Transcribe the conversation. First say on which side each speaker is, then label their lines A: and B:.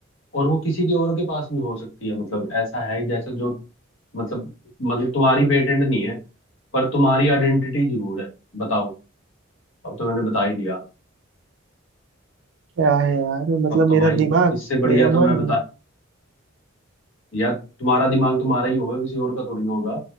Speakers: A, on the left; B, on the right.
A: और वो किसी के और के पास भी हो सकती है मतलब ऐसा है जैसे जो मतलब मतलब तुम्हारी पेटेंट नहीं है पर तुम्हारी आइडेंटिटी जरूर है बताओ अब तो मैंने बता ही दिया
B: क्या है यार मतलब
A: अब तो
B: मेरा
A: भाई
B: दिमाग
A: इससे बढ़िया
B: मेरा
A: तो मैं
B: मन
A: बता यार तुम्हारा दिमाग तुम्हारा ही होगा किसी और का थोड़ी ना होगा